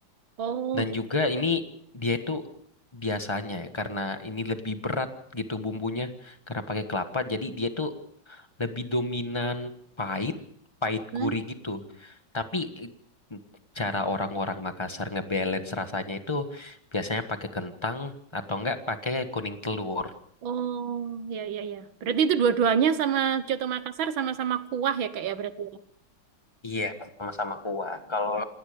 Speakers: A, on the right; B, on the left.
A: Oh
B: Dan
A: gitu.
B: juga ini dia itu biasanya ya karena ini lebih berat gitu bumbunya karena pakai kelapa jadi dia tuh lebih dominan pahit, pahit
A: Mm.
B: gurih gitu. Tapi eh, cara orang-orang Makassar ngebalance rasanya itu biasanya pakai kentang atau enggak pakai kuning telur.
A: Oh ya ya ya. Berarti itu dua-duanya sama Coto Makassar sama-sama kuah ya Kak ya berarti ya.
B: Iya, sama-sama kuah. Kalau